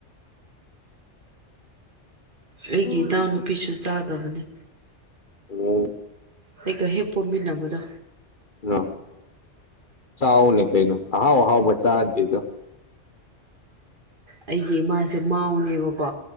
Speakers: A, on the right (about 45°); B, on the left (about 45°).
A: ꯑꯩꯒꯤ
B: ꯎꯝ
A: ꯏꯅꯥꯎ ꯅꯨꯄꯤꯁꯨ ꯆꯥꯗꯕꯅꯦ
B: ꯑꯣ
A: ꯑꯩꯒ ꯍꯦꯛ ꯄꯣꯝꯃꯤꯟꯅꯕꯗꯣ
B: ꯑ ꯆꯥꯎꯅꯦ ꯀꯩꯅꯅ ꯍꯥꯎ ꯍꯥꯎ ꯃ ꯆꯥꯗ
A: ꯑꯩꯒꯤ ꯏꯃꯥꯁꯦ ꯃꯥꯎꯅꯦꯕꯀꯣ